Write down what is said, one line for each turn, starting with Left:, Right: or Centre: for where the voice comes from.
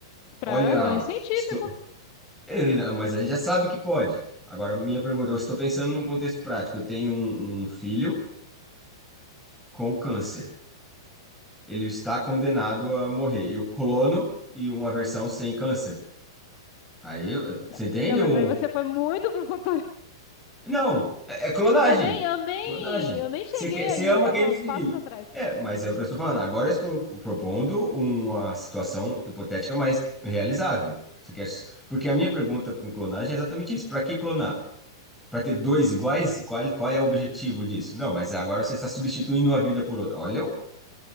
Left: Pra
Centre: Olha,
Left: ganho científico.
Centre: estou... Eh, mas a gente já sabe que pode. Agora, minha pergunta, eu estou pensando num contexto prático, eu tenho um um filho com câncer. ele está condenado a morrer. E o clono e uma versão sem câncer. Aí, eh, você
Left: Não,
Centre: entende?
Left: não, mas
Centre: Um...
Left: aí você foi muito pro futuro.
Centre: Não, é é
Left: <laughs>
Centre: clonagem.
Left: Eu nem, eu nem,
Centre: Clonagem.
Left: eu nem cheguei
Centre: Você quer, você
Left: aí,
Centre: ama
Left: eu tava
Centre: aquele filho.
Left: passos atrás.
Centre: É, mas é o que eu estou falando. Agora eu estou propondo uma situação hipotética, mas realizável. Você quer... Porque a minha pergunta com clonagem é exatamente isso. Para que clonar? Para ter dois iguais? Qual, qual é o objetivo disso? Não, mas agora você está substituindo uma vida por outra. Olha o